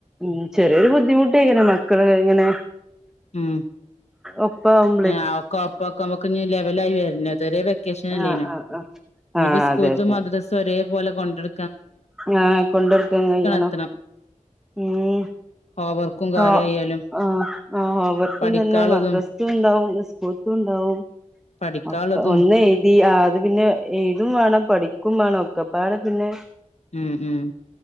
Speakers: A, in the centre; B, on the left (about 55°).
A: ഉം ചെറിയൊരു ബുദ്ധിമുട്ടേ ഇങ്ങനെ മക്കള് ഇങ്ങനെ
B: ഉം
A: ഒപ്പം
B: ആഹ് ഒക്ക <unintelligible> ലെവലായിരുന്നു അതരെ വെക്കേഷൻ അല്ലേനു
A: ആഹ് ആഹ് ആഹ്
B: ഇനിപ്പോ
A: ആഹ്
B: സ്കൂൾസ്
A: അതെ അതെ
B: മദ്രസ ഒരേ പോലെ കൊണ്ടട്
A: ആഹ് കൊണ്ടടക്കാൻ കയ്യിണോ
B: എത്തണം
A: ഉം
B: ഹോംവർക്കും കാര്യായാലും
A: ആഹ് ആഹ് ആഹ് <unintelligible>
B: പഠിക്കാള്ളതും
A: തന്നെ മദ്രസ ണ്ടാവും സ്കൂൾത്ത ഒണ്ടാവും
B: പഠിക്കാള്ളതും
A: അപ്പ ഒന്നേഴ് ആഹ് അത് പിന്നെ ഇതും വേണം പഠിക്കും വേണം ഒക്കെപ്പാട് പിന്നെ
B: ഉം ഉം